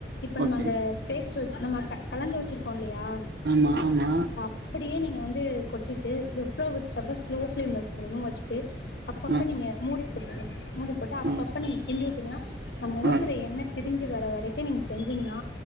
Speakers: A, on the left (about 70°); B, on the right (about 65°).
A: இப்ப நம்ம
B: ஓகே
A: அந்த பேஸ்ட்டு வச்சு நம்ம க கலந்து வச்சுருக்கோ இல்லயா
B: ஆமா ஆமா
A: அப்டியே நீங்க வந்து கொட்டிட்டு எவ்ளோ ஸ்டவ்வ ஸ்லோ ஃபிளேம்ல வைக்க முடிமோ வச்சுட்டு அப்பப்ப
B: ஆ
A: நீங்க மூடி போட்டர்னு மூடி போட்டு அப்பப்ப
B: ஆ
A: நீங்க கிண்டி விட்டிங்னா நம்ம ஊத்துற
B: ஆ
A: எண்ண பிரிஞ் சு வர வரைக்கு நீங்க செஞ்சீங்னா